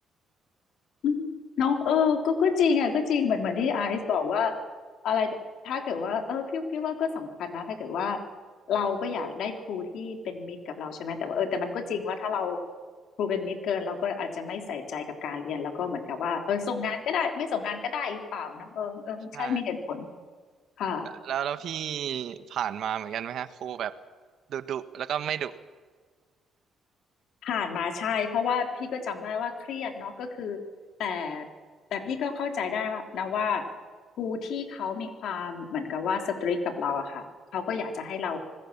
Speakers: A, on the left; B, on the right.
A: อืมเนาะเออก็ก็จริงอ่ะก็จริงเหมือนเหมือนที่ไอซ์บอกว่าอะไรถ้าเกิดว่าเออพี่พี่ว่าก็สำคัญนะถ้าเกิดว่าเราก็อยากได้ครูที่เป็นมิตรกับเราใช่ไหมแต่ว่าเออแต่มันก็จริงว่าถ้าเราครูเป็นมิตรเกินเราก็อาจจะไม่ใส่ใจกับการเรียนแล้วก็เหมือนกับว่าเออส่งงานก็ได้ไม่ส่งงานก็ได้หรือเปล่านะเออเออใช่มีเหตุผล
B: ใช่
A: ค่ะ
B: แล้วแล้วพี่ผ่านมาเหมือนกันไหมฮะครูแบบดุดุแล้วก็ไม่ดุ
A: ผ่านมาใช่เพราะว่าพี่ก็จำได้ว่าเครียดเนาะก็คือแต่แต่พี่ก็เข้าใจได้ว่านะว่าครูที่เขามีความเหมือนกับว่าสตริกกับเราอะค่ะเขาก็อยากจะให้เรา